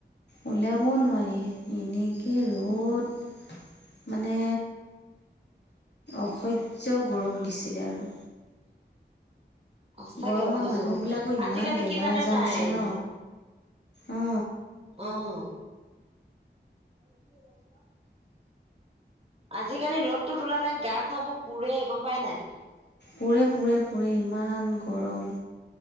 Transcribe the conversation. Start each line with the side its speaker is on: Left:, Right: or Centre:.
Left: ওলাব নোৱাৰি এনেকে ৰ'দ। মানে অসহ্য গৰম দিছিলে আৰু।
Right: সঁচাকে
Left: গৰমত
Right: অসহ্য
Left: মানুহবিলাকৰ
Right: গৰম।
Left: ইমান
Right: আজিকালি
Left: বেমাৰ
Right: কি জানে
Left: আজাৰ
Right: নাই?
Left: হৈছে ন অ
Right: অ'। <unintelligible> আজিকালি ৰ'দটোত ওলালে গা চাবোৰ পোৰে গম পাই নাই?
Left: পুৰে পুৰে পুৰে ইমান গৰম।